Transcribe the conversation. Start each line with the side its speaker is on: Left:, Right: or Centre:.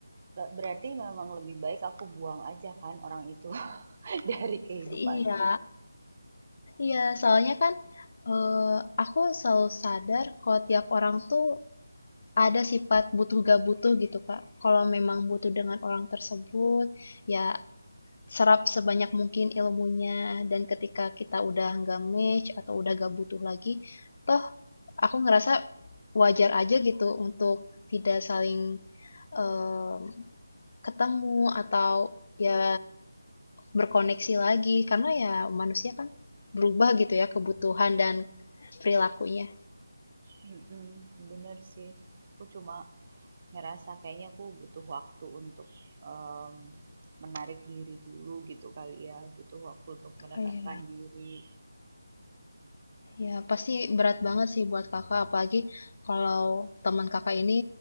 Right: berarti memang lebih baik aku buang aja kan orang itu <laughs> dari kehidupanku.
Left: Iya, iya soalnya kan eh, aku selalu sadar kalau tiap orang tuh ada sifat butuh gak butuh gitu Kak. Kalau memang butuh dengan orang tersebut, ya serap sebanyak mungkin ilmunya dan ketika kita udah nggak match atau udah gak butuh lagi, toh aku ngerasa wajar aja gitu untuk tidak saling em, ketemu atau ya berkoneksi lagi karena ya manusia kan berubah gitu ya kebutuhan dan perilakunya.
Right: Mhm, bener sih. Aku cuma ngerasa kayaknya aku butuh waktu untuk, mmm, menarik diri dulu gitu kali ya, butuh waktu untuk menenangkan
Left: Oh iya,
Right: diri.
Left: ya pasti berat banget sih buat kakak apalagi kalau teman kakak ini